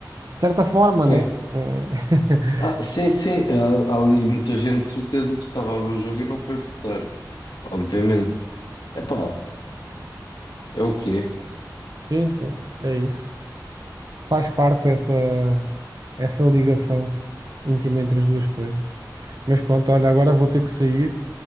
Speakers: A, on the right (about 60°); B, on the left (about 75°).
A: de certa forma,
B: sim.
A: né? É... <laughs>
B: Ah, sim, sim, há, há ali muita gente de certeza que estava a ver o jogo e não foi votar, obviamente. Epá, é o quê?
A: Sim, sim, é isso. faz parte essa, essa ligação íntima entre as duas coisas. Mas pronto, olha, agora vou ter que sair